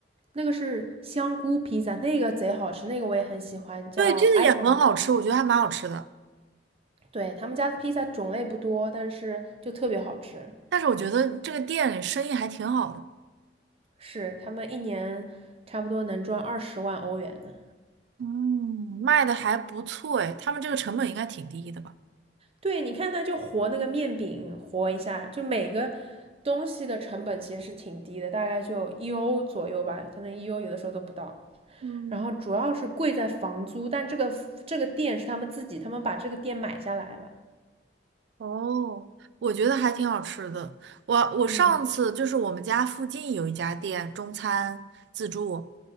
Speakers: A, on the right; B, on the right.
A: 那个是香菇披萨，那个贼好吃，那个我也很喜欢，叫
B: 对，这个也很好吃，
A: iPhone 披萨
B: 我觉得还蛮好吃的。
A: 对，他们家的披萨种类不多，但是就特别好吃，
B: 但是我觉得这个店生意还挺好的，
A: 是他们一年差不多能赚二十万欧元呢。
B: 嗯，卖的还不错哎，他们这个成本应该挺低的吧？
A: 对，你看它就和那个面饼和一下，就每个东西的成本其实是挺低的，大概就一欧左右吧，可能一欧有的时候都不到。
B: 嗯，
A: 然后主要是贵在房租，但这个这个店是他们自己，他们把这个店买下来了。
B: 哦，我觉得还挺好吃的。我我上次就是我们家附近有一家店中餐自助，
A: 嗯